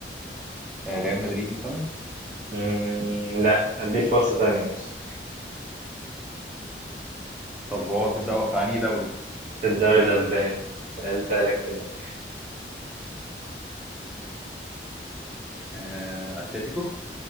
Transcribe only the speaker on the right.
مم، لا أديك فرصة تانية بس
في الدوري الأسباني سألتها لك كده